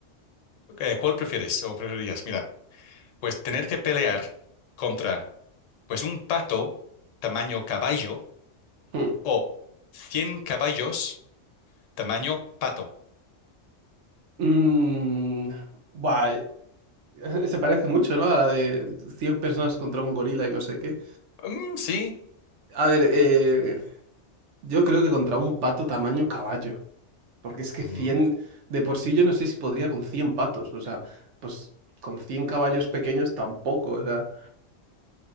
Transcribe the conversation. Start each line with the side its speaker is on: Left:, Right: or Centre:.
Left: eh, ¿cuál prefieres o preferirías? Mira, pues tener que pelear contra pues un pato tamaño caballo
Right: mm.
Left: o 100 caballos tamaño pato.
Right: Mm, buah, eh, <laughs> se parece mucho, ¿no? A la de 100 personas contra un gorila y no sé qué.
Left: Mm, sí,
Right: A ver, eh, yo creo que contra un pato tamaño caballo. Porque es que
Left: Mm,
Right: 100 de por sí yo no sé si podría con 100 patos, o sea, pues con 100 caballos pequeños tampoco, o sea,